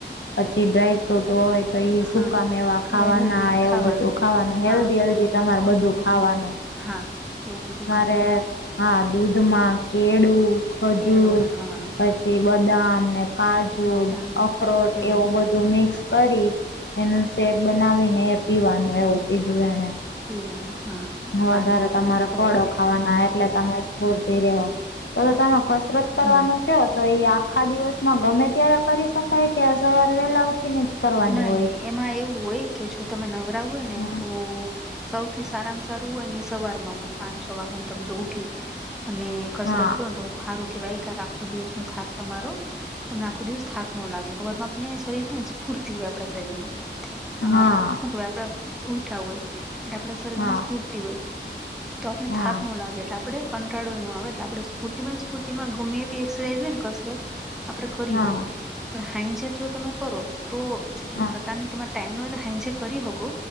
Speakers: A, on the left (about 75°); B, in the centre.
A: પછી ડ્રાય ફ્રૂટ હોય તો ઈ
B: હા
A: સુકા મે એવા ખાવાના
B: હેલ્ધી ખાવાનું
A: એવું બધું ખાવાનું
B: હા
A: હેલ્ધી હેલ્ધી તમારે
B: હા
A: બધું
B: હા
A: ખાવાનું
B: હા એવ બ-
A: રે હ દૂધમાં કેળું ખજૂર
B: કેળું ને
A: નથી
B: હા
A: પછી બદામ ને કાજુ
B: બદામ
A: અખરોટ
B: હમ
A: એવું બધું મિક્સ કરી એનું શેક બનાવીને એ પીવાનું એવું કીધું એને
B: એ હા
A: વધારે
B: હા એવું
A: તમારા
B: બધું ખવાય
A: ફળો
B: એટલે
A: ખાવાના એટલે તમે સ્ફૂર્તિ રહો તો તમે કશ કસરત કરવાનો
B: હમ
A: તો એ આખા દિવસમાં ગમે ત્યારે કરી શકાય કે સવાર વેલા ઉઠી ને જ કરવાની
B: નઈ
A: હોય?
B: નહી એમાં એવું હોય કે જો તમે નવરા હોય ને
A: હા,
B: તો સૌથી સારામાં સારું હોય ને સવાર માં હોય પાંચ છ વાગેમાં તજ ઉઠી અને કસરત
A: હા,
B: કર હારું કે ભાઈ આખો દિવસ નો થાક તમારો તમને આખો દિવસ થાક નો લાગે ખબરમાં આપને શરીર ને ફૂરતી હોય આપણા શરીર માં હ
A: હા,
B: શું આપડા ઉઊઠા હોય એટલે આપણા શરીર
A: હા,
B: માં સ્ફૂર્તિ હોય તો આપને
A: હા,
B: થાક ન લાગે એટલે આપણે કંટાળો એો આવે એટલે આપણે સ્ફૂર્તિ સ્ફૂર્તિમાં ગમે એવી એક્સરસાઝ હોય ને કસરત આપડણે કરી
A: હા,
B: શકીએ પણ હાાઈજત જો તમે કરો તો
A: હા,
B: એક પ્રકારનું તમારે ટાઈમ નો હોય તો હાઈંસે કરી હોગો